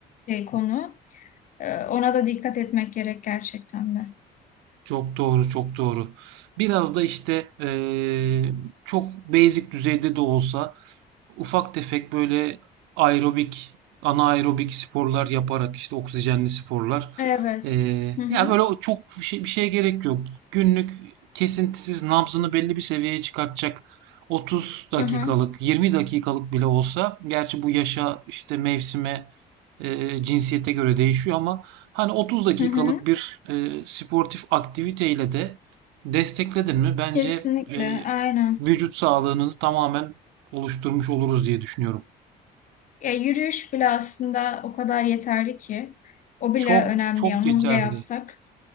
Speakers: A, on the left (about 45°); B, on the right (about 80°).
A: şey konu. E, ona da dikkat etmek gerek gerçekten de.
B: Çok doğru, çok doğru. Biraz da işte eee, çok basic düzeyde de olsa Ufak tefek böyle aerobik, anaerobik sporlar yaparak işte oksijenli sporlar.
A: Evet.
B: Ee,
A: Hı hı,
B: ya böyle o çok bir şey, bir şeye gerek yok. Günlük kesintisiz nabzını belli bir seviyeye çıkartacak 30 dakikalık,
A: hı hı,
B: 20 dakikalık bile olsa, gerçi bu yaşa işte mevsime, e, cinsiyete göre değişiyor ama hani 30 dakikalık
A: hı hı.
B: bir e, sportif aktiviteyle de destekledin mi bence
A: Kesinlikle,
B: e,
A: aynen.
B: vücut sağlığını tamamen oluşturmuş oluruz diye düşünüyorum.
A: Ya, yürüyüş bile aslında o kadar yeterli ki. O
B: Çok
A: bile önemli,
B: çok
A: yani
B: yeterli.
A: onu bile yapsak.